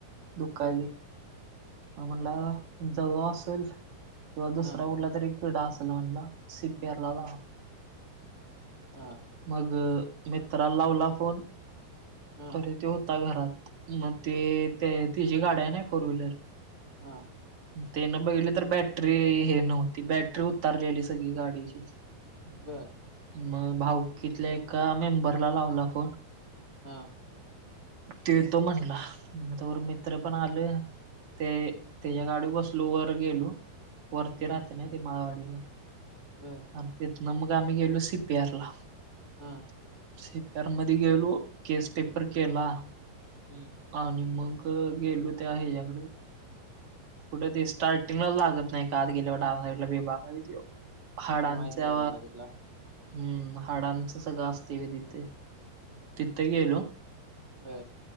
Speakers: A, on the right; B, on the right.
A: दुखायलेय.
B: बर
A: मा म्हणला
B: हा
A: जवा असल किंवा
B: हा
A: दुसरा कुठला तरी किडा असेल म्हणला सीपीआरला लावा.
B: आ,
A: मग मित्राला लावला फोन.
B: हा
A: तरी तो होता घरात. मग ते ते तिची गाड्या आहे ना फोर व्हीलर
B: हा,
A: तेयन बघले तर, बॅटरी हे नव्हती बॅटरी उतारलेली सगळी गाडीची.
B: बरं.
A: मग भाऊकीतल्या एका मेंबरला लावला फोन.
B: हा,
A: ते येतो म्हणला. मग तवर मित्र पण आले. ते त्याच्या गाडीव बसलो वर गेलो. वरती
B: हा
A: राहते ना, ते माारवाडीला
B: बर
A: आणि तेतन मग आम्ही गेलो सि पी आर ला.
B: हा,
A: सि पी आर मधी गेलो. केस पेपर केला.
B: हम,
A: आणि मग गेलो. त्या हाच्याकडं कुठं ते स्टार्टिंगलाच लागत नाही का, आत गेल्यावर डाव्या साइडला विभाग आहे तो. हाडांच्या
B: काय माहित नाही रे मला तिथला
A: हम्म, हाडांचं सगळं असते व तिथे. ते गेलो.
B: वर